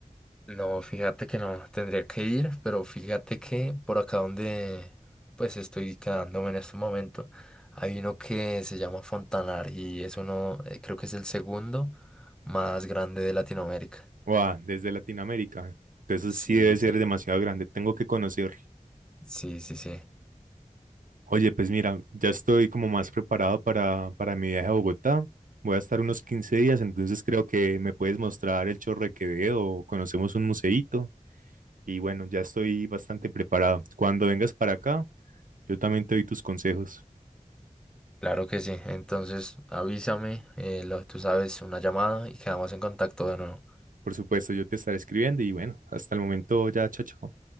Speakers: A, in the centre; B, on the right.
A: No, fíjate que no, tendría que ir, pero fíjate que por acá donde pues estoy quedándome en este momento, hay uno que se llama Fontanar y es uno, eh, creo que es el segundo más grande de Latinoamérica.
B: Wow, desde Latinoamérica. Entonces
A: Sí,
B: sí debe
A: sí,
B: ser
A: sí.
B: demasiado grande, tengo que conocerlo.
A: Sí, sí, sí.
B: Oye, pues mira, ya estoy como más preparado para, para mi viaje a Bogotá. Voy a estar unos 15 días, entonces creo que me puedes mostrar el Chorro de Quevedo o conocemos un museíto. Y bueno, ya estoy bastante preparado. Cuando vengas para acá, yo también te doy tus consejos.
A: Claro que sí. Entonces avísame, eh, lo, tú sabes, una llamada y quedamos en contacto de nuevo.
B: Por supuesto, yo te estaré escribiendo y bueno, hasta el momento ya, chao,